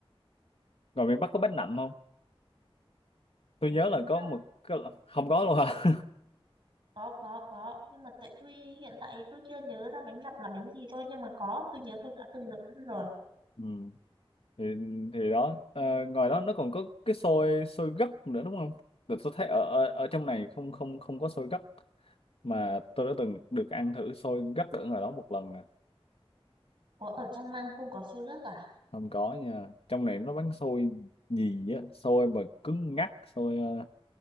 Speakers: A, on the left; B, on the right.
A: rồi miền Bắc có bánh nậm không tôi
B: bánh
A: nhớ là có
B: nậm
A: một cái không có luôn hả
B: có có có nhưng mà tại tuy hiện tại tôi chưa nhớ ra bánh nậm là bánh gì thôi nhưng mà có tôi nhớ tôi đã từng được ăn rồi
A: <laughs> Ừ. thì thì đó à, ngoài đó nó còn có cái xôi xôi gấc nữa đúng không được tôi thấy ở, ở ở trong này không không không có xôi gấc mà tôi đã từng được ăn thử xôi gấc ở ngoài đó một lần nè
B: có ở trong Nam không có xôi gấc à
A: không có nha trong này nó bán xôi gì á xôi mà cứng ngắc xôi ờ,